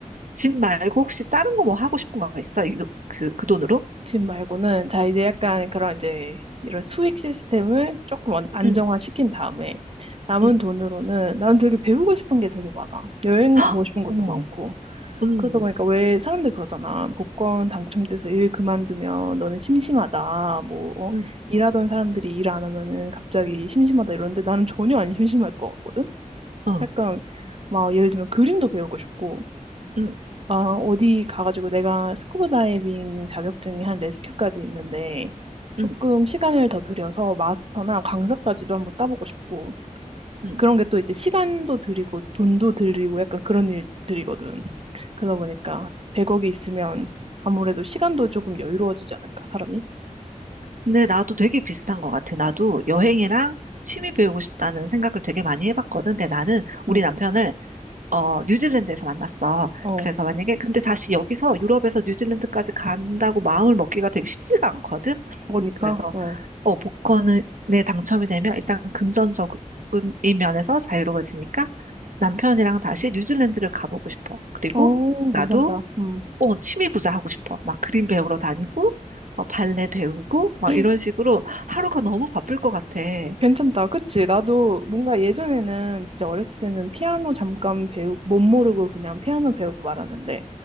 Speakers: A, on the right (about 70°); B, on the right (about 45°).
A: 집 말고 혹시 다른 거 뭐 하고 싶은 거 있어? 이, 그, 그 돈으로?
B: 집 말고는 자 이제 약간 그런 이제 이런 수익 시스템을 조금 안- 안정화시킨
A: 응,
B: 다음에 남은
A: 응.
B: 돈으로는 나는 되게 배우고 싶은 게 되게 많아. 여행
A: 헉!
B: 가고 싶은 것도
A: 어,
B: 많고.
A: 응,
B: 그러다 보니까 왜 사람들 이 그러잖아. 복권 당첨돼서 일 그만두면 너네 심심하다. 뭐 어?
A: 응,
B: 일하던 사람들이 일 안 하면은 갑자기 심심하다 이러는데 나는 전혀 안 심심할 것 같거든.
A: 어,
B: 약간 막 예를 들면 그림도 배우고 싶고
A: 응,
B: 아, 어디 가가지고 내가 스쿠버 다이빙 자격증이 한 레스큐까지 있는데 조금
A: 응,
B: 시간을 더 들여서 마스터나 강사까지도 한번 따보고 싶고
A: 응.
B: 그런 게 또 이제 시간도 들이고 돈도 들이고 약간 그런 일들이거든. 그러다 보니까 100억이 있으면 아무래도 시간도 조금 여유로워지지 않을까, 사람이?
A: 근데 나도 되게 비슷한 것 같아. 나도 여행이랑 취미 배우고 싶다는 생각을 되게 많이 해봤거든. 근데 나는 우리
B: 응,
A: 남편을 어, 뉴질랜드에서 만났어.
B: 어,
A: 그래서 만약에, 근데 다시 여기서 유럽에서 뉴질랜드까지 간다고 마음을 먹기가 되게 쉽지가 않거든?
B: 그러니까,
A: 그래서,
B: 어,
A: 어, 복권에 당첨이 되면 일단 금전적인 면에서 자유로워지니까 남편이랑 다시 뉴질랜드를 가보고 싶어. 그리고
B: 어,
A: 나도,
B: 괜찮다. 음,
A: 어, 취미 부자 하고 싶어. 막 그림 배우러 다니고, 뭐 발레 배우고, 막
B: 음.
A: 이런 식으로 하루가 너무 바쁠 것 같아. 응,
B: 괜찮다. 그치? 나도 뭔가 예전에는 진짜 어렸을 때는 피아노 잠깐 배우, 못 모르고 그냥 피아노 배우고 말았는데